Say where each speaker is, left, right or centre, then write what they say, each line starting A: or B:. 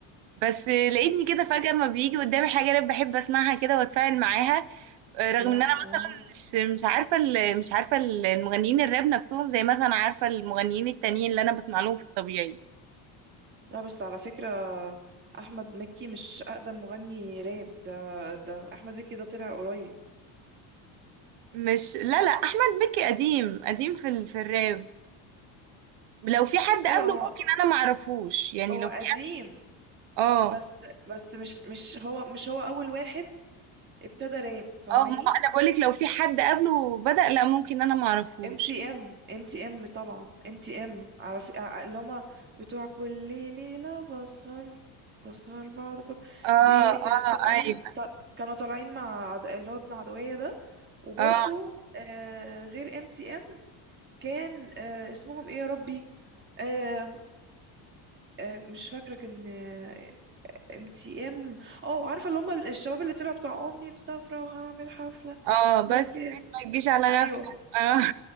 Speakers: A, on the right; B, on the right.
A: بس لقيتني كده فجاه ما بيجي قدامي حاجه راب بحب اسمعها كده واتفاعل معاها رغم
B: لا
A: ان انا
B: اه
A: مثلا مش مش عارفه ال... مش عارفه المغنيين الراب نفسهم زي مثلا عارفه المغنيين التانيين اللي انا بسمع لهم في الطبيعي
B: لا بس على فكرة أحمد مكي مش أقدم مغني راب ده ده أحمد مكي ده طلع قريب
A: مش لا لا احمد مكي قديم قديم في ال... في الراب لو في حد قبله
B: أيوه هو
A: ممكن انا ما اعرفوش يعني
B: هو
A: لو
B: قديم
A: في اه
B: بس بس مش مش هو مش هو أول واحد ابتدى راب فاهماني
A: اه ما هو انا بقولك لو في حد قبله بدأ لا ممكن انا ما اعرفوش
B: ام تي ام ام تي ام طبعا ام تي ام عارف ع- اللي هما بتوع كل ليلة بسهر بسهر بقعد أفكر
A: اه
B: دي كانت
A: اه
B: طالعين
A: ايوه
B: طل... كانوا طالعين مع عد... اللي هو ابن عدوية ده وبرضو
A: اه
B: آه غير ام تي ام كان آه اسمهم ايه يا ربي آه آه مش فاكرة كان آه، ام تي ام اه عارفة اللي هم الشباب اللي طلعوا بتاع امي مسافرة وهعمل حفلة
A: اه بس
B: بس
A: يا ريت ما تجيش على
B: ايوه
A: غفلة اه